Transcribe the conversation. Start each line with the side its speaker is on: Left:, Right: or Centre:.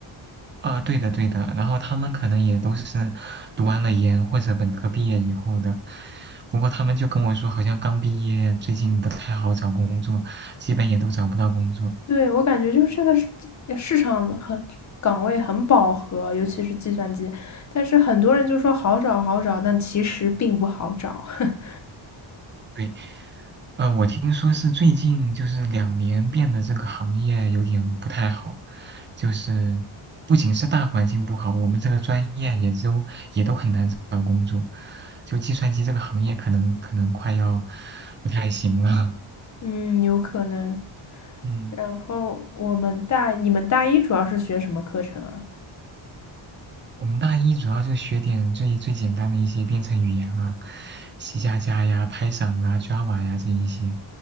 Right: 啊，对的对的，然后他们可能也都是读完了研或者本科毕业以后的，不过他们就跟我说，好像刚毕业，最近不太好找工作，基本也都找不到工作。
Left: 对，我感觉就是这个市市场很岗位很饱和，尤其是计算机，但是很多人就说好找好找，但其实并不好找。<laughs>
Right: 对，呃，我听说是最近就是两年变得这个行业有点不太好，就是不仅是大环境不好，我们这个专业也都也都很难找到工作，就计算机这个行业可能可能快要不太行了，
Left: 嗯，有可能。
Right: <laughs> 嗯。
Left: 然后我们大，你们大一主要是学什么课程啊？
Right: 我们大一主要就学点最最简单的一些编程语言啊，C 加加呀、Python 啊、Java 呀这一些，